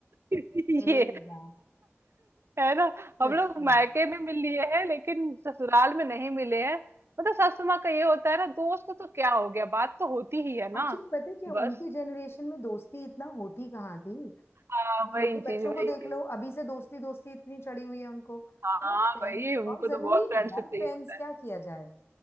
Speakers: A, on the right; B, on the left.
A: ये
B: हे राम।
A: है ना
B: सच
A: हम लोग
B: में
A: मायके में मिल लिए हैं लेकिन ससुराल में नहीं मिले हैं मतलब सासू माँ का ये होता है ना दोस्त तो क्या हो गया बात तो होती ही है ना
B: एक्चुअली पता है क्या
A: बस
B: उनकी जनरेशन में दोस्ती इतना होती कहाँ थी
A: हाँ
B: अब हमारे
A: वही चीज
B: बच्चों
A: वही
B: को देख
A: चीज
B: लो अभी से दोस्ती दोस्ती इतनी चढ़ी हुई है उनको तो
A: हाँ
B: वो फ्रेंड्स
A: भाई उनको
B: और जरूरी
A: तो बहुत फ्रेंडशिप
B: है यार
A: चाहिए
B: फ्रेंड्स
A: होता है
B: क्या किया जाए